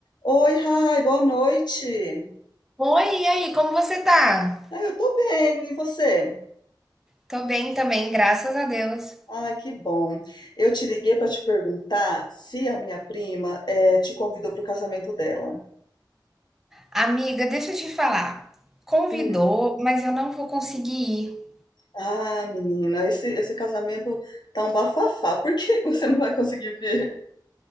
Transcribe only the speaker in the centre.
Oi, e aí, como você tá?
Tô bem também, graças a Deus.
Amiga, deixa eu te falar. Convidou,
mas eu não vou conseguir ir.